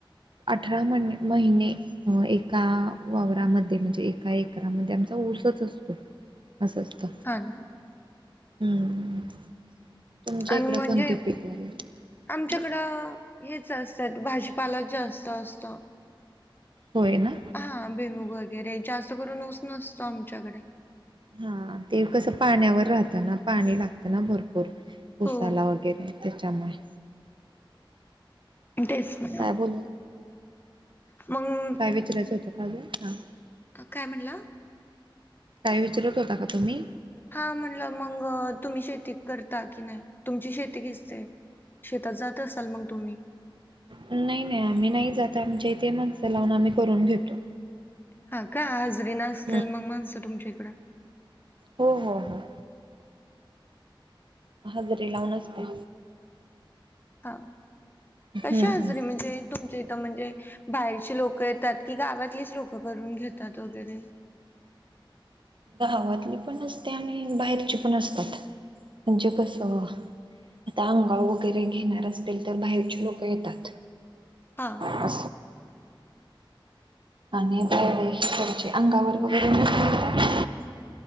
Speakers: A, on the right (about 65°); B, on the left (about 25°).
A: अठरा म महिने अ एका वावरामध्ये म्हणजे एका एरामध्ये आमचा ऊसच असतो असंचत
B: हां
A: हम्म तुमच्या
B: आणि
A: इकडे
B: म्हणजे
A: कोणते पीक वगैरे?
B: आमच्याकडं
A: हम्म.
B: च असतात भाजीपाला जास्त असतं
A: होय ना
B: हा भेमुूग वगैरे जास्त करून ऊस नसतो आमच्याकडे
A: हा ते कसं पाण्यावर राहतं ना पाणी लागतं ना भरपूर
B: हो
A: उसाला वगैरे त्याच्यामुळे
B: अेसणार
A: काय बोल
B: मग
A: काय विचारायचं होतं काज हा
B: काय म्हणला
A: काय विचारत होता का तुम्ही
B: हा म्हटलं मग तुम्ही शेती करता की नाही तुमची शेती घसते शेतात जात असाल मग तुम्ही
A: नाही नाही आम्ही नाही जात आमच्या इथे माणसं लावून आम्ही करून घेतो
B: हा का आज वि नसतील
A: हम्म
B: मग माणतं तुमच्या इकडं
A: हो हो हो हजरीे लावून असते
B: हा
A: हम्म.
B: कशी आजरीे म्हणजे तुमच्या इथं म्हणजे बाहेरचे लोक येतात की गावातलेच लोक करून घेतात वगैरे
A: गावातली पण अस असते आणि बाहेरची पण असतात म्हणजे कसं आता अंगाव वगैरे घेणार असतील तर बाहेरचे लोक येतात
B: हा.
A: हा. आणि चे अंगावर वगैरे म्ह